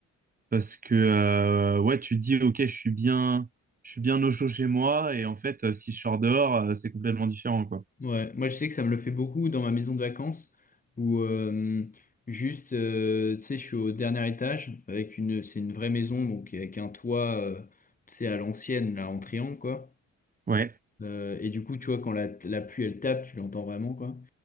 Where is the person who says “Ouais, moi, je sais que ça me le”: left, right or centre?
Left